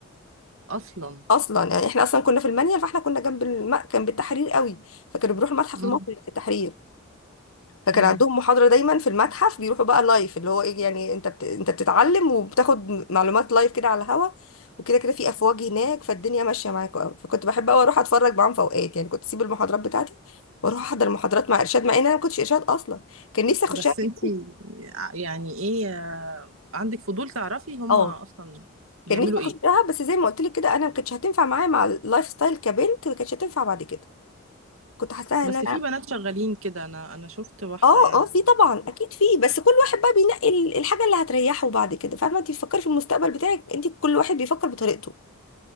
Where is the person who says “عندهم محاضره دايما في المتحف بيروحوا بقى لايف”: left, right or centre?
Left